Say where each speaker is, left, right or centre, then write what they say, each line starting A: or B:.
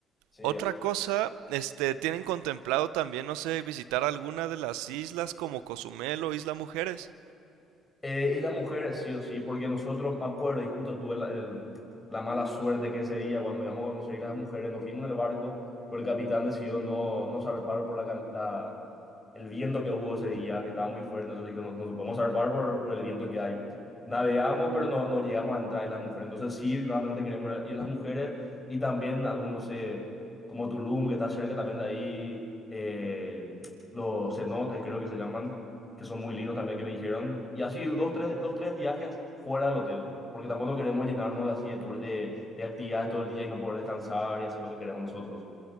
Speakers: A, on the left; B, on the right.
A: Sí,
B: Otra cosa, este, ¿tienen contemplado también, no sé, visitar alguna de las islas como Cozumel o Isla Mujeres?
A: Eh, y las mujeres, sí o sí, porque nosotros, me acuerdo, y justo tuve la, el- la mala suerte que ese día, cuando íbamos a conocer a las mujeres, nos fuimos en el barco, pero el capitán decidió no, no zarpar por la, can- la- el viento que hubo ese día, que estaba muy fuerte, entonces dijo, no, no podemos zarpar por, por el viento que hay. Navegamos, pero no, no llegamos a entrar y las mujeres, entonces sí, realmente queremos ir las mujeres, y también algunos, eh, como Tulum, que está cerca también de ahí, eh, los cenotes, creo que se llaman que son muy lindos también que me dijeron. Y así dos, tres, dos, tres viajes fuera del hotel, porque tampoco no queremos llenarnos de así de, tur- de, de actividades todo el día y no poder descansar y hacer lo que queremos nosotros.